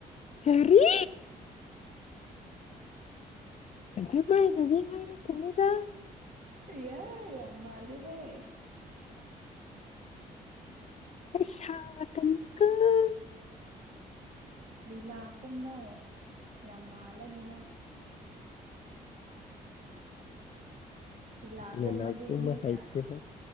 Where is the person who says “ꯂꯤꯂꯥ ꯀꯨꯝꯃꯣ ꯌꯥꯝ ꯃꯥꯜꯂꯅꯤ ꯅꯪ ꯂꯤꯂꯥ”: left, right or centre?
Right